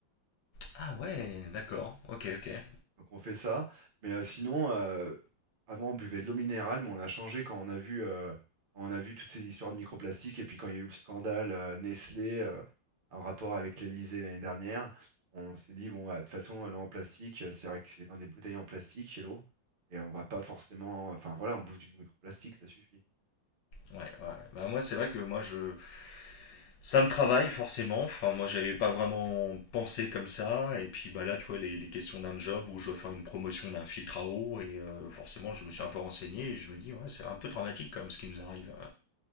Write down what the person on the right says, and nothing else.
Donc on fait ça. Mais euh, sinon, euh, avant on buvait de l'eau minérale, mais on a changé quand on a vu, euh, quand on a vu toutes ces histoires de microplastiques et puis quand il y a eu le scandale euh, Nestlé euh, en rapport avec l'Elysée l'année dernière, on s'est dit bon bah, de toute façon l'eau en plastique, euh, c'est vrai que c'est dans des bouteilles en plastique l'eau et on va pas forcément, enfin voilà, on bouffe du microplastique, ça suffit.